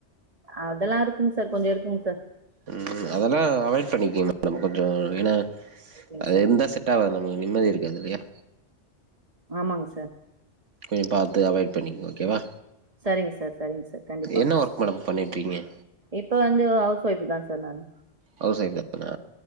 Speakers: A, on the right; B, on the right.
A: அதெல்லா இருக்குங் சார் கொஞ்சோ இருக்குங் சார்
B: ம் ம் அதெல்லா அவாய்ட் பண்ணிக்கீங்க மேடம் கொஞ்சோ ஏன்னா
A: ஓகேங்க
B: அது
A: சார்
B: இருந்தா செட் வீட்டா வேற நம்ளுக்கு நிம்மதி இருக்காது இல்லையா
A: ஆமாங் சார்
B: கொஞ்சோ பாத்து அவாய்ட் பண்ணிக்கங்க ஓகேவா
A: சரிங்க சார் சரிங்க சார் கண்டிப்பாங்
B: என்ன ஒர்க் மேடம் பண்ணிட்ருக்கீங்க
A: இப்ப வந்து ஹவுஸ் ஒய்ஃப்தா சார் நானு
B: ஹவுஸ் ஒய்ஃப்தானா